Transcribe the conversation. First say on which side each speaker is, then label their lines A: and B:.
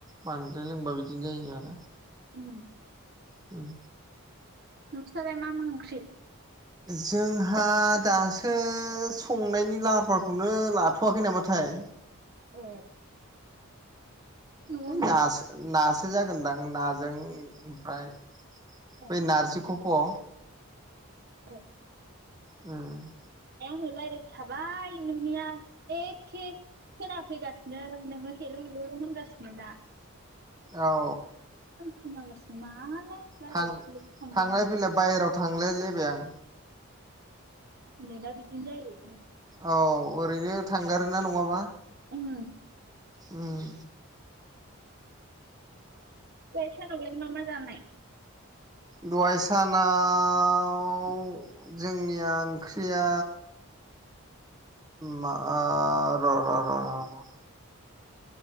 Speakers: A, on the right; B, on the right.
A: बांद्राय लोंबा बिदिनो जायो आरो।
B: उम
A: उम
B: नोंसालाय मा मा ओंख्रि?
A: जोंहा दासो संनायनि लाहार - फाहारखौनो लाथ'वाखै नामाथाय।
B: ए न'आवनो
A: है नासो नासो जागोनदां नाजों ओमफ्राय
B: दं
A: बेै नारजिखौ फ'
B: औ
A: उम
B: दहाय रायज्लायबाय थाबाय नोंनिया एखे खोनाफैगासिनो नोङो हेलौ हेलौल' होनगासिनो ना
A: औ
B: बुङालासिनो मानो रायज्लायखुलि
A: थां
B: सानबाय
A: थांलाय-
B: आङो
A: फैलाय बायहेरायाव थांलायलायबाय आं।
B: नेतआ बेदिनो जायो।
A: औ ओरैनो थांगारोना नङाबा।
B: उम।
A: उम।
B: दहाय सानावलाय मा मा जानाय।
A: दहाय सानाव जोंनिया ओंख्रिया मा ओ र - र - र - र ।